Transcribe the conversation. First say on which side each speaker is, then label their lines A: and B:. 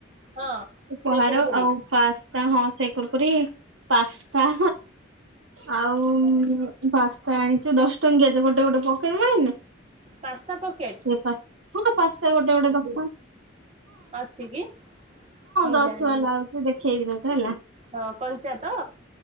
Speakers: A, on the right; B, on the right.
A: ହଁ
B: ଉପହାର
A: ସେ କୁରୁକୁରି
B: ଆଉ ପାସ୍ତା ହଁ। କୁରକୁରି ପାସ୍ତା ଆଉ
A: ହଁ।
B: ପାସ୍ତା ଆଣିଚୁ ଦଶ ଟଙ୍କିଆ ଯୋଉ ଗୋଟେ ଗୋଟେ ପକେଟ ମିଳୁନି
A: ପାସ୍ତା ପକେଟ୍
B: ସେ ହଁ ମ ଶସ୍ତା ଗୋଟେ ଗୋଟେ ପାସ୍ତା
A: ଅଛି କି? ମୁଁ
B: ଦଶ
A: ଜାଣିନି
B: ବାଲା ଆଉଛି ଦେଖେଇବି ତତେ ହେଲା।
A: ହଁ କଞ୍ଚା ତ